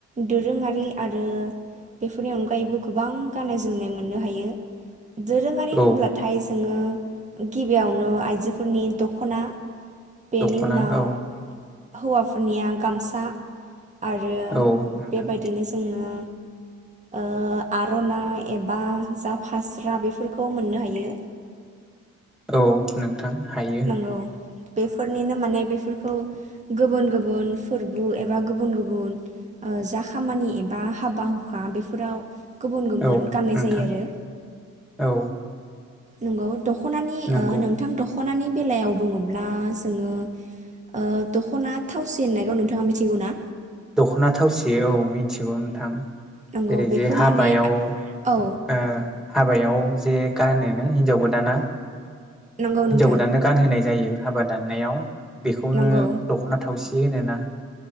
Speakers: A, on the right (about 25°); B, in the centre.
A: दोरोङारि आरो बेफोरनि अनगायैबो गोबां गाननाय जोमनाय मोननो हायो। दोरोङारि
B: औ
A: होनब्लाथाय जोङो गिबियावनो आइजोफोरनि दख' ख'ना। बेनि
B: दख'ना
A: उनाव
B: औ
A: हौवाफोरनिया गामसा आरो
B: औ नोंथां
A: बेबायदिनो जोङो ओ आर'नाइ एबा जा फास्रा बेफोरखौ मोननो हायो।
B: औ नों थां हायो।
A: नंगौ बेफोरनिनो माने बेफोरखौ गुबुन गुबुन फोरबो एबा गुबुन गुबुन ओ जा खामानि एबा हाबा हुखा बेफोराव गुबुन गुबुन
B: औ
A: गाननाय
B: नोंथां
A: जायो आरो
B: औ।
A: नंगौ। दख'नानि ओ
B: नंगौ
A: नोंथां दख' दख'नानि बेलायाव बुङोब्ला जोङो ओ दख'ना थावसि होननायखौ नोंथाङा मिथिगौ ना?
B: दख'ना थावसि औ मिथिगौ नोंथां।
A: नंगौ
B: जेरै
A: बेखौ
B: जे हाबायाव
A: माने
B: ओ
A: औ
B: हाबायाव जे गानोनो हिनजाव गोदाना
A: नंगौ
B: हिनजाव
A: नोंथां
B: गोदाननो गानहोनाय जायो। हाबा दाननायाव। बेखौनो
A: नंगौ
B: दख'ना थावसि जि होनोना।